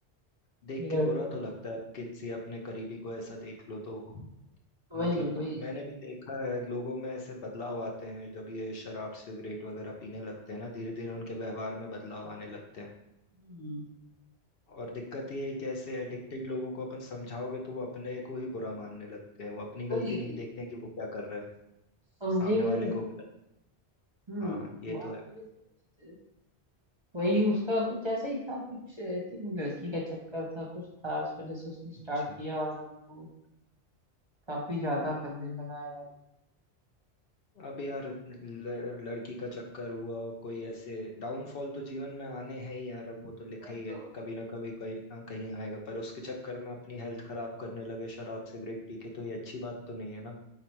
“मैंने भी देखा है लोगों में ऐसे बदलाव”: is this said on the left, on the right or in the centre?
Left